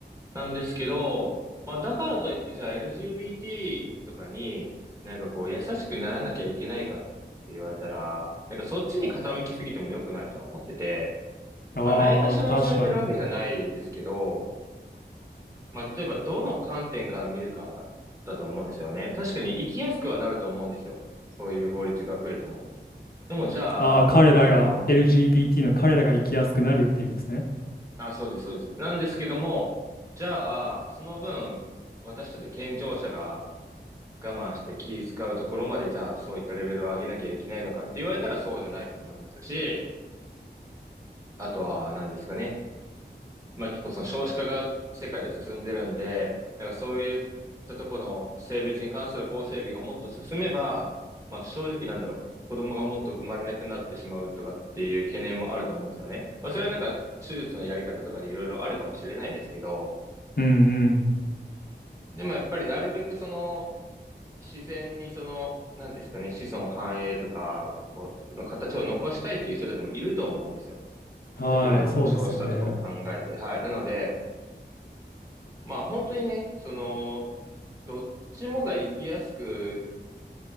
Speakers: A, on the right; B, on the left.
A: なんですけど、まあ、だからといって、じゃあ LGBT とかになんかこう優しくならなきゃいけないかって言われたら、なんかそっちに傾きすぎても良くないとは思ってて、
B: うん。ああ、
A: まあ、ないがしろにされてるわけじゃないですけど、
B: 確かに。
A: まあ、例えばどの観点から見るかだと思うんですよね。確かに生きやすくはなると思うんですよ。そういう法律が増えても。でもじゃあ、
B: ああ、彼らが
A: その、
B: LGBT の彼らが生きやすくなるっていうんですね。
A: あ、そうです、そうです。なんですけども、じゃあ、その分、私たち健常者が我慢して気使うところまで、じゃあ、そういったレベルを上げなきゃいけないのかって言われたらそうじゃないと思いますし、あとは、何ですかね。まあ結構その少子化が世界で進んでるんで、なんかそういったところの性別に関する法整備がもっと進めば、まあ正直なんだろう、子供がもっと生まれなくなってしまうとかっていう懸念もあると思うんですよね。まあそれはなんか手術のやり方とかでいろいろあるかもしれないですけど、
B: うんうん。
A: でもやっぱりなるべくその自然にその、なんですかね、子孫繁栄とかをこうの形を残したいっていう人たちもいると思うんですよ。
B: はい、
A: なんか今の少子化とかを考えて。
B: そうですよね。
A: はい。なので、まあ本当にね、その、どっちもが生きやすく